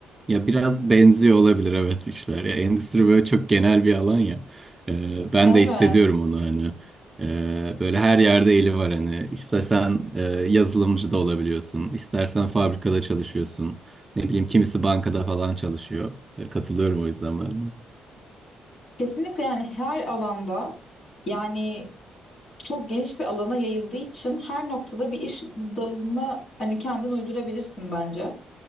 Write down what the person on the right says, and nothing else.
Ya biraz benziyor olabilir evet işler. Ya endüstri böyle çok genel bir alan ya. Ee, ben
de hissediyorum onu hani. Ee, böyle her yerde eli var hani. İstesen e, yazılımcı da olabiliyorsun. İstersen fabrikada çalışıyorsun. Ne bileyim kimisi bankada falan çalışıyor. Ya, katılıyorum o yüzden ben. de.